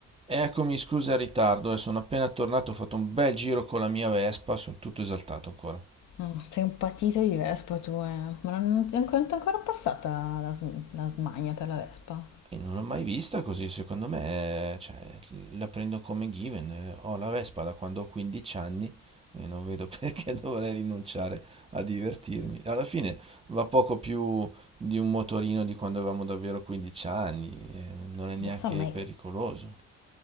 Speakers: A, on the right (about 20°); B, on the left (about 75°).
A: Eccomi, scusa il ritardo, eh, sono appena tornato, ho fatto un bel giro con la mia Vespa, sono tutto esaltato ancora.
B: Mm, Sei un patito di vespa tu, eh. Ma non, non ti è ancora, non ti è ancora passata la, sm- la smania per la vespa?
A: E non l'ho mai vista così, secondo me, eh, cioè, la prendo come given. eh, Ho la Vespa da quando ho 15 anni e non vedo <laughs> perché dovrei rinunciare a divertirmi. Alla fine va poco più di un motorino di quando avevamo davvero 15 anni, eh, non è neanche
B: Lo so, ma,
A: pericoloso.